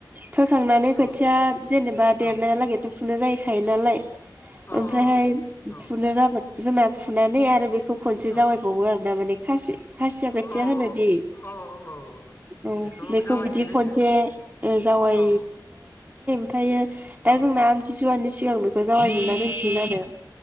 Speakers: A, on the right; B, on the left.
A: फोखांनानै खोथिया
B: औ
A: जेनेबा देरनाया
B: औ
A: लागैथ जाहैखायो नालाय
B: औ
A: ओमफ्रायहाय
B: औ
A: फुनो जाबाय। जोंना फुनानै आरो बेखौ खनसे
B: औ
A: जावायबावो आरोना माने खा खासिया खोथिया
B: औ
A: होनोदि
B: औ औ
A: औ बेखौ
B: जावायनाय
A: बिदि
B: होनो
A: खनसे जावै
B: औ
A: <unintelligible> ओमायो
B: औ
A: दाय जोंना आमथिसुआनि सिगां बेखौ जावै जोबनादोनसिगोन आरो